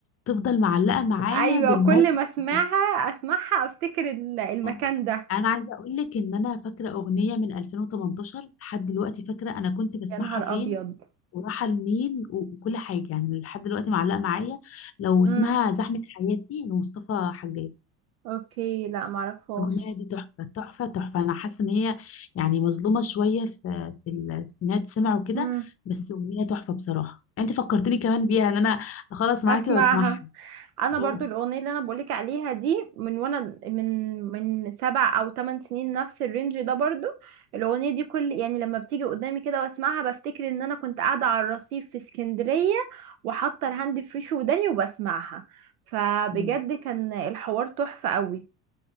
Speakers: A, on the left (about 30°); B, on the right (about 70°).
A: تفضل معلقة معايا
B: ايوه
A: بالموقف
B: كل ما اسمعها
A: اللي حصل.
B: اسمعها افتكر ال- المكان
A: اه
B: ده
A: أنا عايزة أقول لك إن أنا فاكرة أغنية من 2018 لحد دلوقتي فاكرة أنا كنت بسمعها
B: يا نهار
A: فين
B: ابيض
A: وراحة لمين و- وكل حاجة يعني لحد دلوقتي معلقة معايا لو اسمها
B: امم
A: زحمة حياتي لمصطفى حجاج
B: اوكي لا معرفهاش
A: الأغنية دي تحفة تحفة تحفة أنا حاسة إن هي يعني مظلومة شوية في في ال- إنها تسمع وكده
B: امم
A: بس أغنية تحفة بصراحة أنت فكرتني كمان بيها إن أنا أخلص معاكي
B: اسمعها
A: وأسمعها
B: انا
A: اه
B: برضو الاغنيه اللي انا بقولك عليها دي من وانا من من سبع او ثمان سنين نفس الرينج ده برضو الاغنيه دي كل يعني لما بتيجي قدامي كده واسمعها بفتكر ان انا كنت قاعده على الرصيف في اسكندريه وحاطه الهاند فري في وداني وبسمعها فبجد
A: مم.
B: كان الحوار تحفه قوي